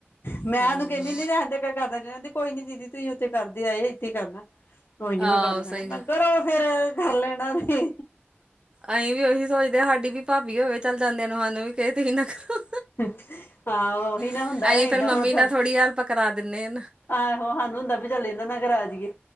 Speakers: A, on the left (about 60°); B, on the right (about 25°).
A: ਮੈਂ
B: ਹੂੰ
A: ਉਹਨੂੰ ਕਹਿਨੀ ਹੁਨੀ ਰੈਨਦੇ ਮ ਕਰ ਦਿੰਦ ਕਹਿੰਦੀ, ਕੋਈ ਨੀ ਦੀਦੀ ਤੁਸੀਂ ਉੱਥੇ ਕਰਦੇ ਆਏ, ਇੱਥੇ ਕਰਨਾ। ਕੋਈ ਨੀ ਮੈਂ
B: ਆਹੋ
A: ਕਰ ਲੈਣਾ,
B: ਸਹੀ ਗੱਲ
A: ਫੇਰ ਓ ਫੇਰ ਕਰ ਲੈਣਾ ਤੇ
B: ਅਸੀਂ ਵੀ ਉਹੀ ਸੋਚਦੇ ਹ, ਸਾਡੀ ਵੀ ਭਾਬੀ ਹੋਵੇ, ਚੱਲ ਜਾਂਦੇਆਂ, ਨੂੰ ਸਾਨੂੰ ਵੀ ਦੁਖੀ ਨਾ ਕਰੋ।
A: ਹਾਂ ਉਹੀ ਨਾ,
B: ਅਸੀਂ
A: ਹੁੰਦਾ ਨਾ ਏਦਾਂ
B: ਫਿਰ ਮੰਮੀ
A: ਹੁਣ।
B: ਨਾਲ ਥੋੜ੍ਹੀ ਹੈਲਪ ਕਰਾ ਦਿੰਦੇ।
A: ਆਹੋ ਸਾਨੂੰ ਹੁੰਦਾ ਵੀ ਚੱਲ, ਇਹਨਾਂ ਨਾ ਕਰ ਆ ਜਾਈਏ।